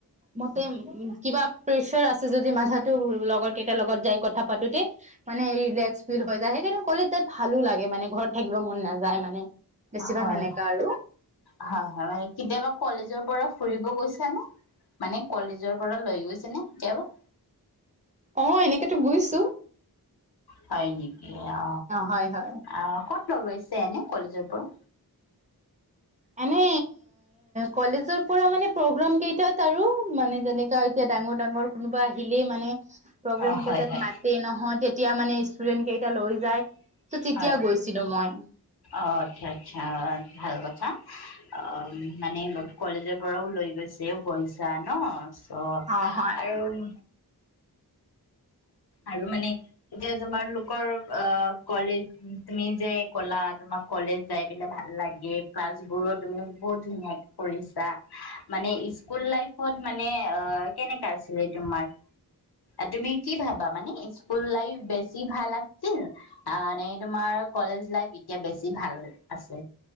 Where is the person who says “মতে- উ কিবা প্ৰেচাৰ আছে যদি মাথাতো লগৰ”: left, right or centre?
Right